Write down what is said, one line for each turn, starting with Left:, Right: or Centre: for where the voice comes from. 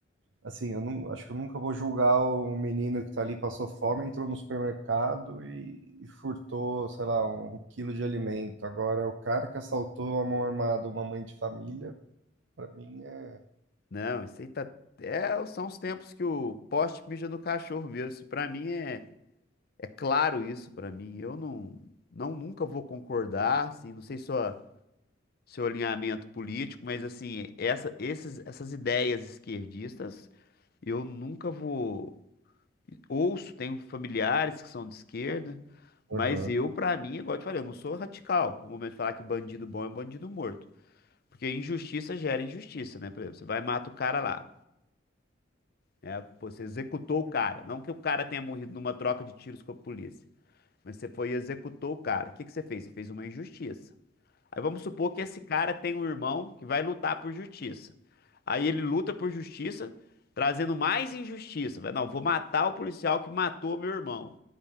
Right: assim, eu não, acho que eu nunca vou julgar o menino que tá ali, passou fome, entrou no supermercado e, e furtou, sei lá, um quilo de alimento. Agora, o cara que assaltou a mão armada uma mãe de família, pra mim é.
Left: Não, isso aí tá. É, são os tempos que o poste mija no cachorro mesmo. Isso pra mim é, é claro isso pra mim. Eu não, não nunca vou concordar, assim, não sei só seu alinhamento político, mas assim, essa, esses, essas ideias esquerdistas, eu nunca vou Ouço, tenho familiares que são de esquerda, mas
Right: Aham,
Left: eu, pra mim, igual eu te falei, eu não sou radical. No momento de falar que bandido bom é bandido morto. Porque injustiça gera injustiça, né? Por exemplo, você vai e mata o cara lá, né? Pô, você executou o cara. Não que o cara tenha morrido numa troca de tiros com a polícia, mas você foi e executou o cara. O que que você fez? Você fez uma injustiça. Aí vamos supor que esse cara tem um irmão que vai lutar por justiça. Aí ele luta por justiça, trazendo mais injustiça. Vai, não, vou matar o policial que matou meu irmão.